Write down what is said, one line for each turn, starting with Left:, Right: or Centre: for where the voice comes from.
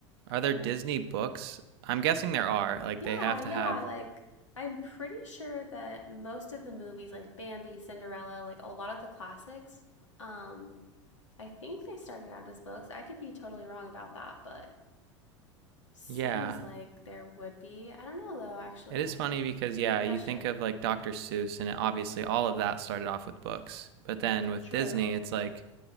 Left: for
Right: Are there
Left: sure.
Right: Disney books? I'm guessing there are. Like
Left: Yeah,
Right: they have
Left: yeah.
Right: to have.
Left: Like, I'm pretty sure that most of the movies, like Bambi, Cinderella, like a lot of the classics, um, I think they started out as books. I could be totally wrong about that, but seems
Right: Yeah,
Left: like there would be. I don't know, though, actually.
Right: It is funny because
Left: It's
Right: yeah,
Left: a good
Right: you
Left: question.
Right: think of like Dr. Seuss and it, obviously all of that started off with books. But then with
Left: True.
Right: Disney, it's like